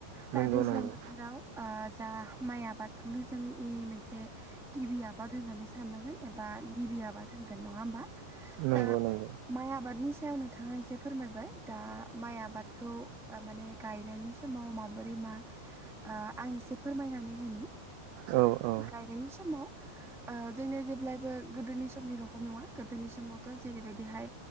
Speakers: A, in the centre; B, on the right.
A: दा
B: नंगौ
A: दैज्लां
B: नंगौ
A: बोथोराव जा माइ आबाद बेखौनो जोंनि मोनसे गिबिया आबाद होननानै साननांगोन एबा गिबि आबाद होनगोन नङा होमबा
B: नंगौ
A: दा
B: नंगौ
A: माय आबादनि सायाव नोथां बिथाङा एसे फोरमायबाय दा माइ आबादखौ ओ माने गायनायनि समाव माबोरै मा आं एसे फोरमायनानै होनि
B: औ औ
A: गायनायनि समाव जोंनिया जेब्लायबो गोदोनि समनि रखम नङा गोदोनि समावथ' जेरैबायदिहाय